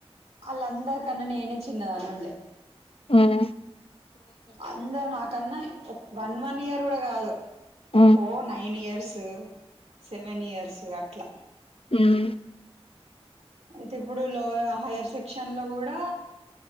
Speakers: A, on the right (about 80°); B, on the left (about 60°).
A: అలందరికన్న నేనే చిన్నదాని ఉండే
B: ఉమ్
A: అందరు నాకన్నా వన్ వన్ ఇయర్ కూడా కాదు
B: ఉమ్
A: ఓ నైన్ ఇయర్సు సెవెన్ ఇయర్సు అట్ల
B: ఉమ్
A: అయితే ఇప్పుడు లో హైయర్ సెక్షన్ లో కూడా